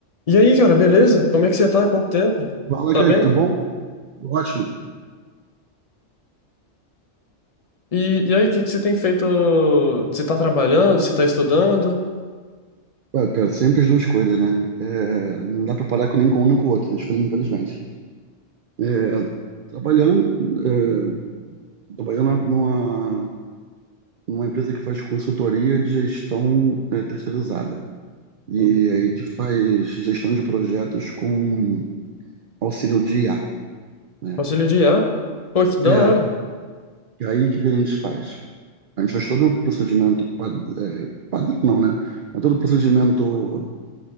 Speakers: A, on the left; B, on the right.
A: E aí, cara, beleza? Como é que você tá? Quanto tempo?
B: Fala,
A: Tá
B: Kaique,
A: bem?
B: tudo bom? Ótimo.
A: E, e aí, o que que você tem feito? Você tá trabalhando? Você tá estudando?
B: Ué, cara, sempre as duas coisas, né? É, não dá pra parar com nem com um nem com o outro, né? Infelizmente. É, trabalhando, é, trabalhando numa, numa empresa que faz consultoria de gestão é, terceirizada. E
A: Uhum.
B: aí a gente faz gestão de projetos com auxílio de IA, né?
A: Conselho de IA? Pô, que da
B: É,
A: hora.
B: e aí o que que a gente faz? A gente faz todo o procedimento, pad- é, padrão não, né? Mas todo o procedimento